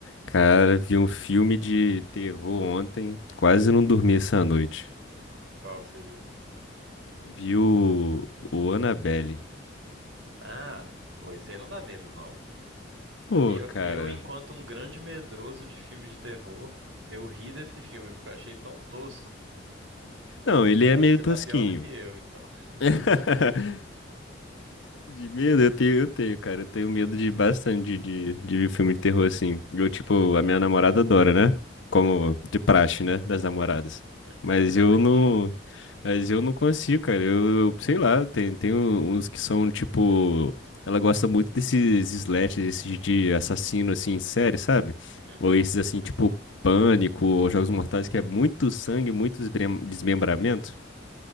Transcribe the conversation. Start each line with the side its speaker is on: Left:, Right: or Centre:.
Left: Cara, vi um filme de terror ontem, quase não dormi essa noite.
Right: Qual que você viu?
Left: Vi o, o Annabelle.
Right: Ah, pô, isso aí não dá medo, não.
Left: Pô,
Right: Eu,
Left: cara.
Right: eu, enquanto um grande medroso de filme de terror, eu ri desse filme porque eu achei tão tosco.
Left: Não, ele
Right: Mas
Left: é
Right: acho
Left: meio
Right: que você
Left: tosquinho.
Right: tá pior do que eu, então. <laughs> De...
Left: <laughs> De medo, eu tenho, eu tenho, cara. Eu tenho medo de bastante de, de, de ver filme de terror assim. Eu, tipo, a minha namorada adora, né? Como
Right: Uhum.
Left: de praxe, né? Das namoradas. Mas
Right: Exatamente.
Left: eu não. Mas eu não consigo, cara. Eu, sei lá, tem, tem um- uns que são tipo. Ela gosta muito desses slashers, esses de assassino assim, em série, sabe?
Right: Uhum.
Left: Ou esses assim, tipo Pânico, ou Jogos Mortais, que é muito sangue, muito desbrem- desmembramento.